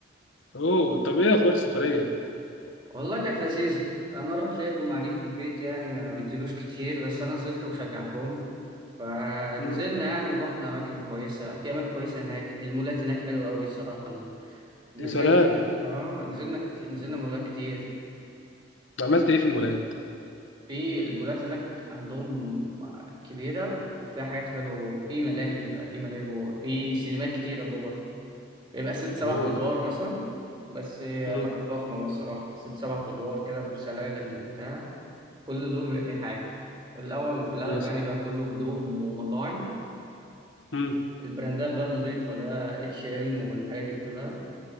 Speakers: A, on the left; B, on the right.
A: اوه طب ايه اخبار السفريه؟
B: والله كانت لذيذه انا رحت لقيتهم قاعدين في البيت يعني ما بينزلوش كتير بس انا نزلت وشجعتهم فنزلنا
A: امم
B: يعني رحنا اماكن كويسه في اماكن كويسه هناك المولات هناك حلوه قوي الصراحه نزلنا
A: يا سلام
B: اه نزلنا كتير. نزلنا مولات كتير
A: عملت ايه في المولات؟
B: في المولات هناك عندهم كبيره وفيها حاجات حلوه في ملاهي بيبقى في ملاهي جوه في سينمات كتيره جوه بيبقى ست سبع
A: اوه
B: ادوار مثلا بس أماكن
A: امم
B: فخمة بقى الصراحة ست سبع ادوار كده بسلالم وبتاع كل دور بيبقى فيه حاجة الأول في الأغلب
A: يا سلام
B: يعني بقى كله هدوم ومطاعم
A: امم
B: البراندات بقى النضيفة اللي هي اتش ام والحاجات دي كلها